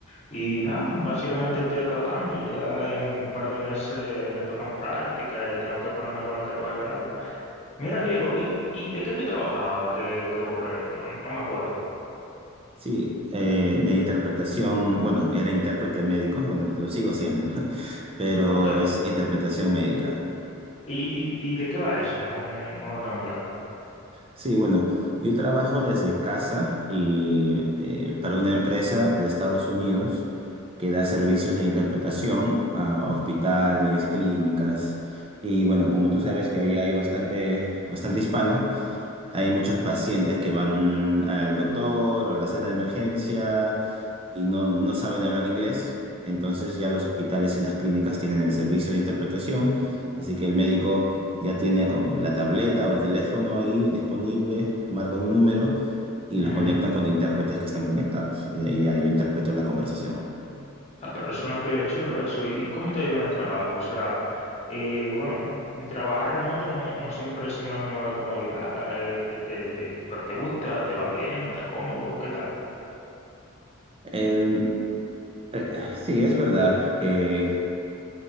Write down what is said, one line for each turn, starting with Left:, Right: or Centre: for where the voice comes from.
Left: y nada, básicamente estoy acabando. Ya en un par de meses me tocan prácticas y tengo que ponerme con el trabajo de grado. Mira, Diego, ¿y, y de qué tú trabajabas que, que borré? No, no me acuerdo.
Right: Sí, eh, de interpretación, bueno, era intérprete médico, bueno, lo sigo siendo, <laughs> pero
Left: Ok.
Right: es interpretación médica.
Left: ¿Y, y, y de qué va eso? No, no lo tengo claro.
Right: Sí, bueno, yo trabajo desde casa y eh, para una empresa de Estados Unidos que da servicios de interpretación a hospitales, clínicas y bueno, como tú sabes que allá hay bastante, bastante hispano, hay muchos pacientes que van al doctor o a la sala de emergencia y no, no saben hablar inglés. Entonces ya los hospitales y las clínicas tienen el servicio de interpretación. Así que el médico ya tiene o la tableta o el teléfono ahí disponible, marca un número y los
Left: Ujú.
Right: conectan con intérpretes que están conectados. Y de ahí ya yo interpreto la conversación.
Left: Ah, pero suena pila de chulo eso. ¿Y cómo te ha ido en el trabajo? O sea, eh, bueno, trabajar remoto no, no siempre es sinónimo de comodidad, eh, te, te- te- pero te gusta, te va bien, está cómodo, ¿qué tal?
Right: Eh, eh, sí, es verdad que